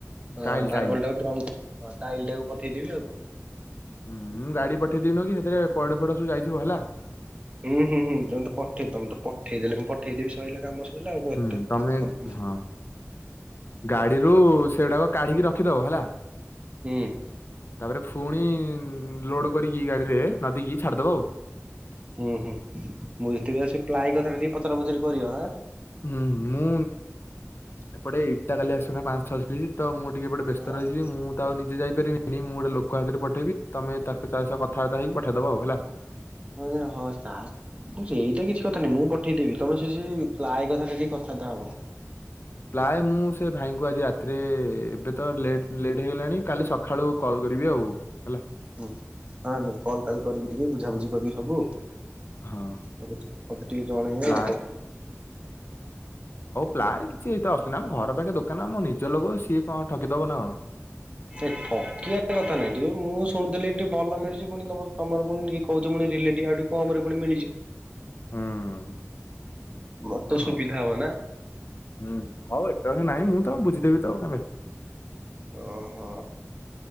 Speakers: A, on the right; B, on the left.
A: ହଁ
B: ଟାଇଲ୍ ଟାଇଲ୍।
A: ମାର୍ବଲ ଟାକୁ ଡ୍ରମ ଟାଇଲ ଟାକୁ ପଠେଇଦବି ଆଉ କଣ।
B: ହୁଁ ମୁଁ ଗାଡି ପଠେଇ ଦେବି ନୁହେଁକି ହେଥିରେ ପଇଡ ଫଇଡ ସବୁ ଯାଇଥିବ ହେଲା।
A: ହୁଁ ହୁଁ ହୁଁ ତମେ ତ ପଠେଇ ତମେ ତ ପଠେଇଦେଲେ ମୁଁ ପଠେଇ ଦେବି ସଇଲା କାମ। ସଇଲା ଆଉ କଣ
B: ହୁଁ
A: ଏତେ
B: ତମେ
A: କଥା ହୁଁ
B: ହଁ ଗାଡିରୁ ସେଡାକ କାଢିକି ରଖ ରଖିଦବ ହେଲା
A: ହୁଁ
B: ତାପରେ ଫୁଣି ଲୋଡ କରିକି ଗାଡିରେ ନଦୀକି ଛାଡ଼ିଦବ ଆଉ।
A: ହୁଁ ହୁଁ ମୁଁ କୋଉଥିଲି ଆଉ ସେ ପ୍ଲାଏ କଥାଟା ଟିକେ ପଚରା ପଚାରି କରିବଁ।
B: ହୁଁ ମୁଁ ଏପଟେ ଇଟା କାଲି ଆସିବନା ପାଞ୍ଚ ଛଶ ପିସ୍ ତ ମୁଁ ଟିକେ ଏପଟେ ବ୍ୟସ୍ତ
A: ହଁ
B: ରହିିଯିବି ମୁଁ ତ ଆଉ ନିଜେ ଯାଇି ପାରିବିନି ମୁଁ ଗୋଟେ ଲୋକ ହାତରେ ପଠେଇବି ତମେ ତାକୁ ତା ସହ କଥାବାର୍ତା ହେଇକି ପଠେଇଦବ ଆଉ ହେଲା।
A: ହଁ ହଁ ସେଇଟା କିଛି କଥା ନାହିଁ ମୁଁ ପଠେଇଦେବି ତମେ ସେ ସେଇ ପ୍ଲାଏ କଥାଟା ଟିକେ କଥାବାର୍ତ୍ତା ହବ।
B: <inaudible> ପ୍ରାୟ ମୁଁ ସେ ଭାଇଙ୍କୁ ଆଜି ରାତିରେ ଏବେ ତ ଲେଟ୍ ଲେଟ୍ ହେଇଗଲାଣି କାଲି ସକାଳୁ କଲ୍ କରିବି ଆଉ ହେଲା।
A: ହୁଁ ହଁ ନାଇଁ କଲ କାଲ କରିକି ଟିକେ ବୁଝାବୁଝି କରିକି ହବୁ। ମତେ
B: ହଁ
A: ଟେ ମତେ ଟିକେ ଜଣେଇଇ
B: ପ୍ରାୟ
A: ଆଉ କୁ
B: ପ୍ଲାଏ କିଛି ଏତ ଅସୁନି ଆମ ଘର ପାଖେ ଦୋକାନ ଆମ ନିଜ ଲୋକ ସିଏ କଣ ଠକିଦବ ନା କଣ?
A: ଏ ଠକିଆ କଥା ନାଇଁ ଟିକେ ମୁଁ ଶୁଣିଥିଲି ଏ ଟିକି ଭଲ ମିଳୁଛି ପୁଣି ତମର ପୁଣି କହୁ ପୁଣି ରିଲେଟିଭ୍ ଆଉ ଟିକେ କମରେ ପୁଣି ମିଳି ଯିବ
B: ହୁଁ
A: ମତେ
B: ଓ
A: ସୁବିଧା
B: ହଉ
A: ହବ ନା
B: ହୁଁ ହଉ ଏତେ କଥା ନାଇଁ ମୁଁ ତ ବୁଝିଦେବି ତ ଆଉ
A: ଓ ହ